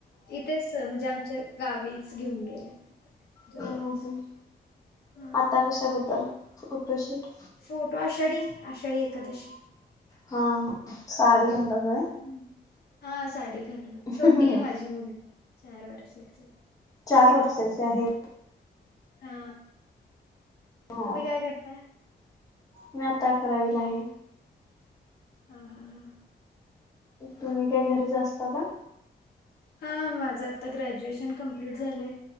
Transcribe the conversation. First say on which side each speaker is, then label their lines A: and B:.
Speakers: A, on the left; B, on the left.
A: इथेच म्हणजे आमच्या गावीच घेऊन गेले तिथ जवळच.
B: हम्म हम्म
A: हा
B: आता कशाबद्दल फोटोशूट.
A: फोटो आषाढी आषाढी एकादशी.
B: हा हा साडी घालायली व्हय.
A: हम्म हा साडी घालून
B: होय
A: छोटी आहे माझी मुलगी चार वर्षाची.
B: चार वर्षाची आहे.
A: हा
B: हा
A: तुम्ही काय करता?
B: मी आता करावी ला आहे.
A: हा - हा -हा.
B: तुम्ही काय घरीच असता का?
A: हा माझं आता ग्रॅज्युएशन कम्प्लीट झालंय